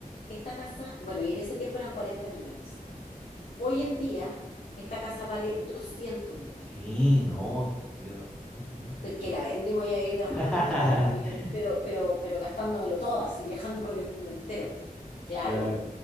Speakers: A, on the left (about 65°); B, in the centre.
A: Esta casa, bueno, y en ese tiempo eran 40 millones. Hoy en día, esta casa vale doscientos millones
B: Sí, no, se ha subido mucho, mucho.
A: estoy que la vende, me voy a ir debajo
B: <laughs>
A: del puente, pero como millón, pero, pero, pero gastándomelo todo, así <laughs> viajando por el mundo entero. Claro,
B: Claro,